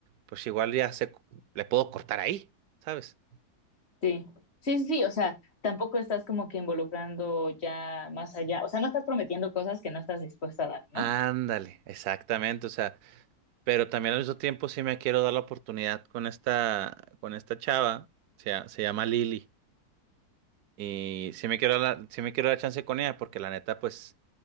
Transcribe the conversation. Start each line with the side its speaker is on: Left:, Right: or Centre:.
Right: pues igual ya se, le puedo cortar ahí, ¿sabes?
Left: Sí, sí, sí, sí, o sea, tampoco estás como que involucrando ya más allá, o sea, no estás prometiendo cosas que no estás dispuesta a dar, ¿no?
Right: Ándale, exactamente. O sea, pero también al mismo tiempo sí me quiero dar la oportunidad con esta, con esta chava, se, ll- se llama Lili, y sí me quiero dar la, sí me quiero dar chance con ella porque la neta pues